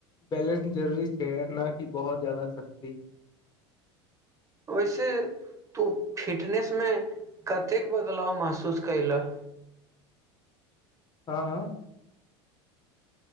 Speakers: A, on the left (about 30°); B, on the right (about 20°).
A: बेलेंस जरूरी छे न कि बहुत ज्यादा शक्ति
B: वेसे तू फिटनेस मे कतेक बदलाव महसूस केला
A: हँ हँ